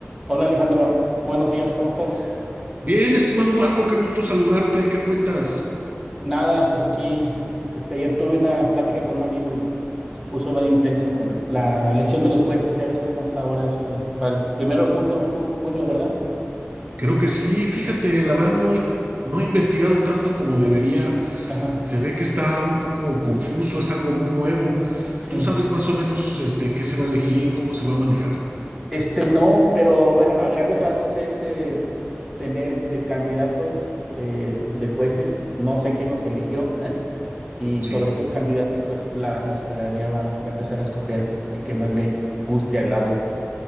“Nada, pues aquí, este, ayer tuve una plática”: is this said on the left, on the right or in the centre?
Centre